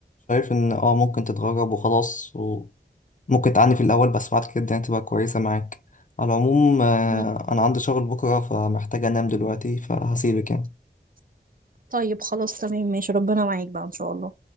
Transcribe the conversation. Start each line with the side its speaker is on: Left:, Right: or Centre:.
Left: ان اه ممكن تتغرب وخلاص وممكن تعاني في الاول بس بعد كده يعني تبقى كويسة معاك على العموم آه،
Right: مم.
Left: انا عندي شغل بكرة فمحتاج انام دلوقتي فهسيبك يعني
Right: طيب خلاص تمام ماشي ربنا معاك بقى ان شاء الله